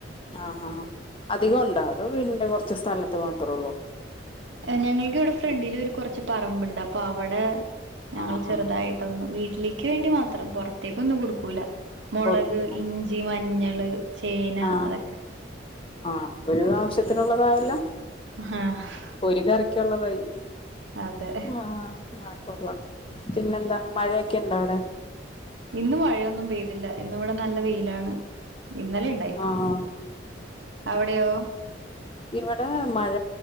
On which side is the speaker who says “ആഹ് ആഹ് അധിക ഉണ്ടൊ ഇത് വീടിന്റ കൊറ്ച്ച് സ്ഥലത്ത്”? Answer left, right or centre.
Left